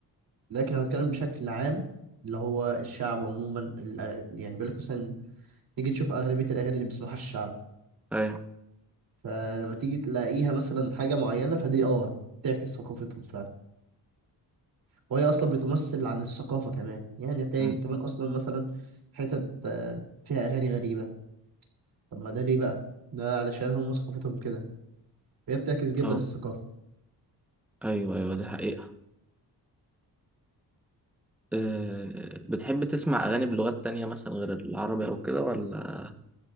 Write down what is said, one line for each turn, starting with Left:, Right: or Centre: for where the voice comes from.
Right: لكن لو هتكلم بشكل عام اللي هو الشعب عموما الأغ- يعني بيقول لك مثلا نيجي نشوف اغلبيه الاغاني اللي بيسمعها الشعب
Centre: أيوة
Right: فلما تيجي تلاقيها مثلا حاجة معينة فدي اه تعكس ثقافتهم فعلا وهي أصلا بتمثل عن الثقافة كمان يعني هتلاقي
Centre: مم.
Right: كمان أصلا مثلا حتت آه، فيها أغاني غريبة طب ما ده ليه بقى؟ ده علشان هم ثقافتهم كده هي بتعكس جدا
Centre: أه
Right: الثقافة
Centre: أيوه أيوه دي حقيقة آه، بتحب تسمع أغاني بلغات تانية مثلا غير العربي أو كده ولا